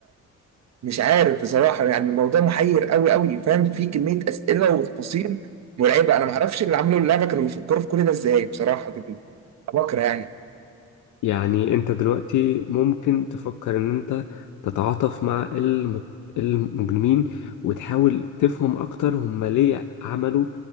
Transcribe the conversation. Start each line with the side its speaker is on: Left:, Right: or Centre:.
Right: فمش عارف بصراحه يعني الموضوع محير قوي قوي فاهم في كميه اسئله وتفاصيل مرعبه انا ما اعرفش اللي عملوا اللعبه كانوا بيفكروا في كل ده ازاي بصراحه دول بكره يعني
Left: يعني انت دلوقتي ممكن تفكر ان انت تتعاطف مع الم- المجرمين وتحاول تفهم اكتر هم ليه عملوا